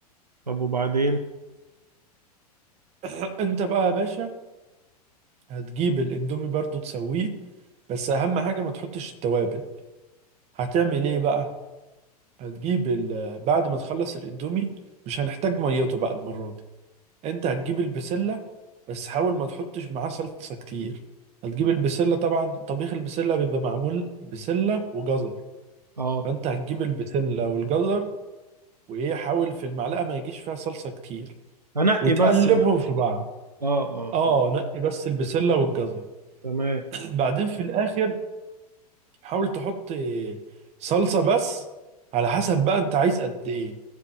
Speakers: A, on the right; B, on the right.
A: طب وبعدين
B: <clears throat> أنت بقى يا باشا هتجيب الاندومي برضو تسويه بس أهم حاجة ما تحطش التوابل هتعمل إيه بقى هتجيب ال... بعد ما تخلص الاندومي مش هنحتاج ميته بقى المرة دي انت هتجيب البسلة بس حاول ما تحطش معاه صلصة كتير هتجيب البسلة طبعا طبيخ البسلة بيبقى معمول بسلة وجزر
A: اه
B: فانت هتجيب البسلة والجزر وايه حاول في المعلقة ما يجيش فيها صلصة كتير
A: هنقي
B: وتقلبهم
A: بس بقى
B: في بعض
A: اه اه
B: اه
A: اه
B: نقي بس البسلة والجزر
A: تمام
B: <clears throat> بعدين في الاخر حاول تحط صلصة بس على حسب بقى انت عايز قد ايه